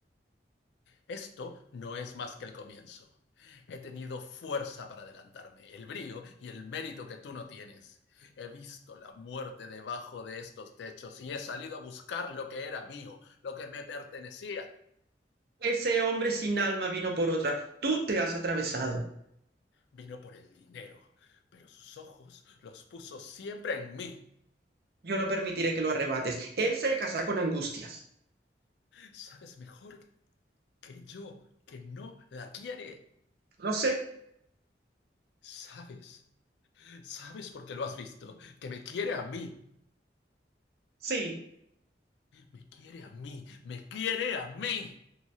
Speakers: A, on the left; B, on the right.
A: Esto no es más que el comienzo. He tenido fuerza para adelantarme, el brío y el mérito que tú no tienes. He visto la muerte debajo de estos techos y he salido a buscar lo que era mío, lo que me pertenecía.
B: Ese hombre sin alma vino por otra. Tú te has atravesado.
A: Vino por el dinero, pero sus ojos los puso siempre en mí.
B: Yo no permitiré que lo arrebates. Él se casará con angustias.
A: Sabes mejor que yo que no la quiere.
B: Lo sé.
A: Sabes Sabes por qué lo has visto, que me quiere a mí,
B: Sí.
A: me quiere a mí, me quiere a mí.